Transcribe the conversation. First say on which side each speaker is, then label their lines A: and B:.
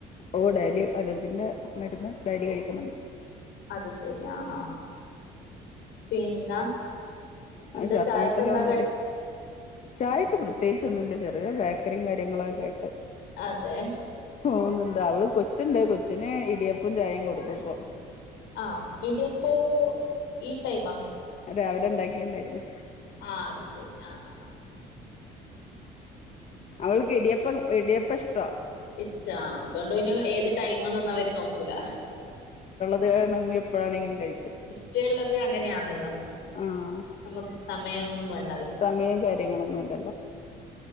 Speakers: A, on the left; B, on the left.
A: ഓഹ് ഡയലി അലർജിന്റെ മരുന്ന് ഡയലി കഴിക്കുന്നുണ്ട്.
B: അത് ശെരി ആഹ് ആഹ് പിന്ന
A: ആ
B: എന്താ
A: ശ്വാസം
B: ചായക്കെന്താ
A: മുട്ടല് വന്നാലേ
B: കടി?
A: ചായക്ക് പ്രത്യേകിച്ചൊന്നും ല്ല. ചെറിയ ബേക്കറിയും കാര്യങ്ങളൊ ഒക്കെ ആയിട്ട്.
B: അതെ
A: ഓഹ് ന്ന്ണ്ട് അവള് കൊച്ച് ണ്ട്. കൊച്ചിന് ഇടിയപ്പും ചായയും കൊടുത്തുപ്പൊ.
B: ആഹ് ഇടിയപ്പോ ഈ ടൈമാ.
A: രാവിലെ ഇണ്ടാക്കിയെ ഇണ്ടായിരുന്നു.
B: ആഹ് അത് ശെരി ആഹ് ആഹ് ആഹ്.
A: അവൾക്ക് ഇടിയപ്പം ഇടിയപ്പ ഇഷ്ടാ
B: ഇഷ്ടാ. ആഹ്അതുകൊണ്ട് പിന്നെ ഏത് ടൈമാന്നൊന്നും അവര് നോക്കൂല.
A: അത് കാരണം എപ്പഴാണെങ്കിലും കഴിക്കും.
B: റ്റേള്ളത് അങ്ങനെയാണല്ലോ.
A: ആഹ്
B: നമുക്ക് സമയ ഒന്നും <unintelligible>
A: സമയം കാര്യങ്ങളൊന്നുംല്ലല്ലോ.